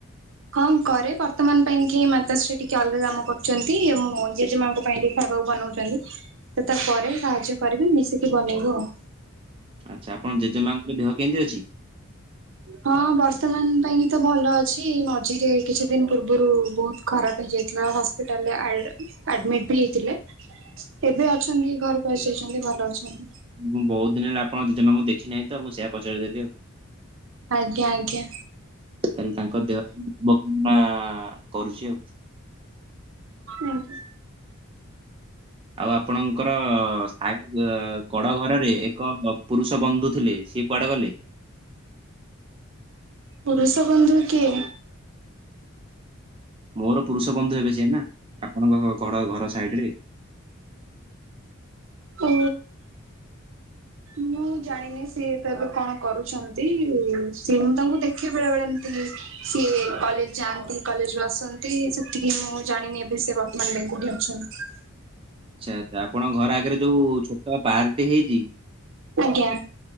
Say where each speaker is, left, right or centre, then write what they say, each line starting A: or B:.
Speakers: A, on the right (about 65°); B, on the right (about 25°).
A: ହଁ କରେ ବର୍ତ୍ତମାନ ପାଇଁ କି ମାତାଶ୍ରୀ ଟିକେ ଅଲଗା କାମ କରୁଚନ୍ତି, ମୁଁ ଜେଜେମାଙ୍କ ପାଇଁ ଟିକେ ଖାଇବାକୁ ବନଉ ଚନ୍ତି, ତ ତାପରେ ବି ସାହାଯ୍ୟ କରିବି ମିଶିକି ବନେଇବୁ ଆଉ।
B: ଆଚ୍ଛା ଆପଣଙ୍କ ଜେଜେମାଙ୍କ ଦେହ କେମିତି ଅଛି?
A: ହଁ ବର୍ତ୍ତମାନ ପାଇଁକି ତ ଭଲ ଅଛି ମଝିରେ କିଛି ଦିନ ପୂର୍ବରୁ ବହୁତ ଖରାପ ହେଇଯାଇଥିଲା, ହସ୍ ଟୋଟାଲ ଆର୍ଡ, ଆଡ଼ମିଟ୍ ବି ହେଇଥିଲେ। ଏବେ ଅଛନ୍ତି ଘରକୁ ଆସିଯାଇଛନ୍ତି ଭଲ ଅଛନ୍ତି।
B: ମୁ ବହୁତ ଦିନି ହେଲା ଆପଣଙ୍କ ଜେଜେମାଙ୍କୁ ଦେଖିନାହିଁ ତ ମୁଁ ସେୟା ପଚାରିଦେଲି ଆଉ।
A: ଆଜ୍ଞା, ଆଜ୍ଞା।
B: ତାହେଲେ ତାଙ୍କ ଦେହ <unintelligible> କରୁଛି ଆଉ।
A: ଆଜ୍ଞା।
B: ଆଉ ଆପଣଙ୍କର ସାଇ ଅ କଡ଼ ଘରରେ ଏକ ପୁରୁଷ ବନ୍ଧୁ ଥିଲେ ସିଏ କୁଆଡେ ଗଲେ?
A: ପୁରୁଷ ବନ୍ଧୁ କିଏ?
B: ମୋର ପୁରୁଷ ବନ୍ଧୁ ହେବେ ସିଏ ନା, ଆପଣଙ୍କ ଘ କଡ଼ ଘର ସାଇଡ଼ରେ
A: ଓ, ମୁଁ ମୁଁ ଜାଣିନି ସିଏତ ଏବେ କଣ କରୁଛନ୍ତି, ସିଏ ମୁଁ ତାଙ୍କୁ ଦେଖେ ବେଳେ ବେଳେ ଏମିତି। ସିଏ କଲେଜ୍ ଯାଆନ୍ତି କଲେଜରୁ ଆସନ୍ତି ସେତିକି ମୁଁ ଜାଣିନି ଏବେ ସେ ବର୍ତ୍ତମାନ ପାଇଁ କୋଉଠି ଅଛନ୍ତି?
B: ଆଚ୍ଛା, ଆଚ୍ଛା, ଆପଣଙ୍କ ଘର ଆଗରେ ଯୋଉ ଛୋଟ ପାର୍କଟି ହେଇଚି
A: ଆଜ୍ଞା।